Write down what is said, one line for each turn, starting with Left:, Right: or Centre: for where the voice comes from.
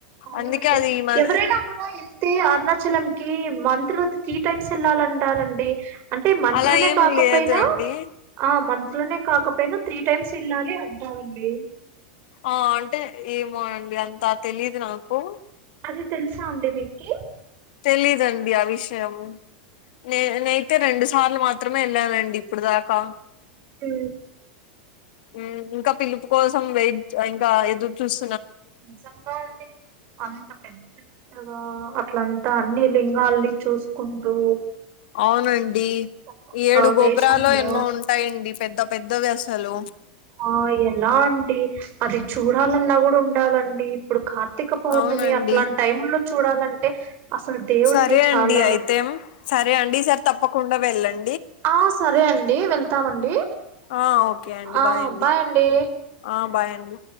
Right: అవున
Left: అందుకే
Right: అండి
Left: అది మ
Right: ఎవరైనా కూడా వెళ్తే అర్నా చలంకీ మంత్ లో త్రీ టైమ్స్ ఎళ్ళాలంటారండి అంటే మంత్
Left: అలా
Right: లోనే
Left: ఏం
Right: కాకపోయినా
Left: లేదండి
Right: ఆ మంత్ లోనే కాకపోయినా త్రీ టైమ్స్ ఎళ్ళాలి అంటారండి.
Left: ఆ అంటే ఏమో అండి అంతా తెలిదు నాకు
Right: అది తెలుసా అండి మీకి
Left: తెలీదండి ఆ విషయము నే నేైతే రెండు సార్లు మాత్రమే ఎళ్ళానండి ఇప్పుడు దాకా
Right: ఊ
Left: ఊ ఇంకా పిలుపు కోసం వెయిట్ ఇంక ఎదురు చూస్
Right: నిజంగా అండి అంత పెద్ద పెద్దగా అట్లంతా అన్ని లింక్ వాళ్ళీని చూసుకుంటూ
Left: అవునండి
Right: ఒక్కొక్క
Left: ఈ ఏడు గోపురాలో
Right: వేషంలో
Left: ఎన్నో ఉంటాయండి పెద్ద పెద్దవి అసలు
Right: ఆ ఎలా అండి అది చూడాలన్నా కూడ ఉండాలండి ఇప్పుడు కా కార్తిక పౌర్ణమి
Left: అవునండి
Right: అట్లాంటి టైముల్లో చూడాలంటే అసలు దేవుడిని
Left: సరే
Right: చాల
Left: అండి అయితే సరే అండి ఈసారి తప్పకుండా వెళ్ళం
Right: ఆ సరే అండి వెళ్తామండి
Left: ఆ ఓకే అండి
Right: ఆ
Left: బాయ్
Right: అండి
Left: ఆ బాయండి